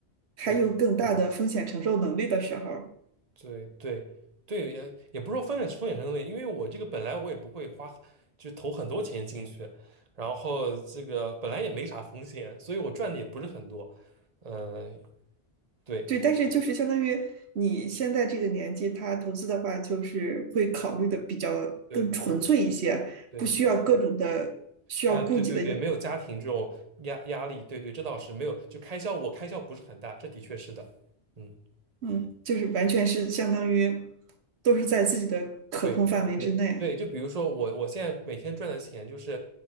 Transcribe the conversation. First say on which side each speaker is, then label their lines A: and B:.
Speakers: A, on the right (about 75°); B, on the right (about 40°).
A: 还有更大的风险承受能力的时候。
B: 对。对对对，也也不是说风险风险很西，因为我这个本来我也不会花，就投很多钱进去，然后这个本来也没啥风险，所以我赚的也不是很多。呃，对
A: 对，但是就是相当于你现在这个年纪，他投资的话，就是会考虑的比较更纯粹一些，
B: 对对，
A: 不需要各种的需要顾及的因
B: 啊，对对对，没有家庭这种压压力，对对，这倒是没有，就开销我开销不是很大，这的确是的。嗯，
A: 嗯，就是完全是相当于都是在自己的可控范围之内，
B: 对。对，就比如说我，我现在每天赚的钱就是，